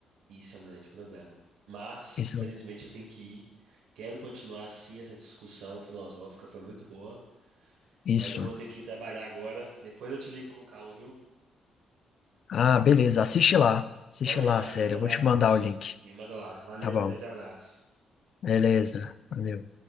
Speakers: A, on the right; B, on the left.
A: Isso é um grande problema. Mas,
B: Isso.
A: infelizmente, eu tenho que ir. Quero continuar assim essa discussão filosófica, foi muito boa.
B: Isso.
A: Mas eu vou ter que ir trabalhar agora. Depois eu te ligo com calma, viu?
B: Ah, beleza, assiste lá. Assiste
A: Pode deixar,
B: lá, sério.
A: me manda
B: Eu vou
A: lá
B: te
A: que
B: mandar
A: eu vou assistir.
B: o link.
A: Me manda lá. Valeu,
B: Tá bom.
A: grande abraço.
B: Beleza. Valeu.